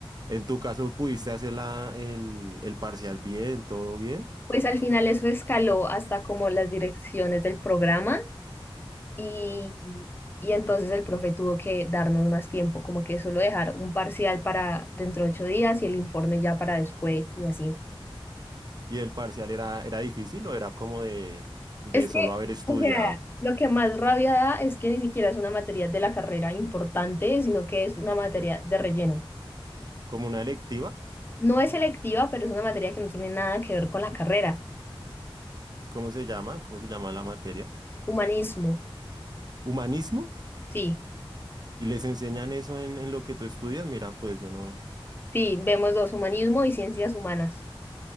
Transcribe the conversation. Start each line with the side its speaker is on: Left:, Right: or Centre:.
Right: En tu caso, ¿pudiste hacer la, el, el parcial bien, todo bien?
Left: Pues al final eso escaló hasta como las direcciones del programa Y,
Right: Ok.
Left: y entonces el profe tuvo que darnos más tiempo, como que solo dejar un parcial para dentro de ocho días y el informe ya para después y así.
Right: ¿Y el parcial era, era difícil o era como de, de
Left: Es
Right: solo
Left: que,
Right: haber estudiado?
Left: o sea, lo que más rabia da es que ni siquiera es una materia de la carrera importante, sino que es una materia de relleno.
Right: Como una electiva,
Left: No es selectiva, pero es una materia que no tiene nada que ver con la carrera.
Right: y ¿cómo se llama? ¿Cómo se llama la materia?
Left: Humanismo,
Right: ¿Humanismo?
Left: sí,
Right: ¿Y les enseñan eso en, en lo que tú estudias? Mira, pues yo no.
Left: sí, vemos dos, humanismo y ciencias humanas.